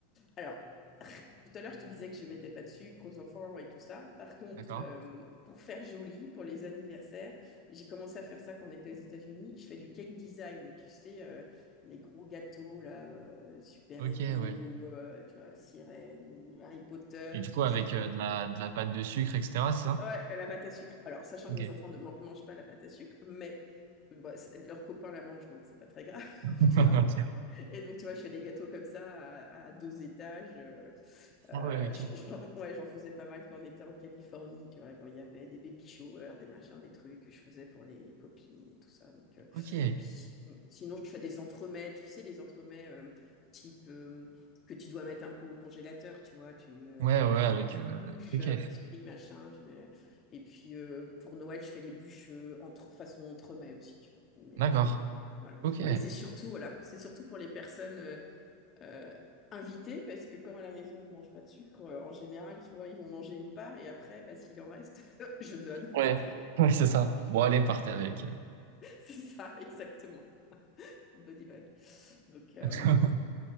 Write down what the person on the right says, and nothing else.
D'accord.
Ok, ouais.
Et du
coup,
avec
euh, de la, de la pâte de sucre, etc., c'est ça?
Ok.
<laughs>
Ah Ouais, ok.
Ok.
Ouais, ouais,
avec,
euh,
ok.
D'accord.
Ok.
Ouais.
Ouais, c'est ça. Bon, allez, partez avec.
<laughs>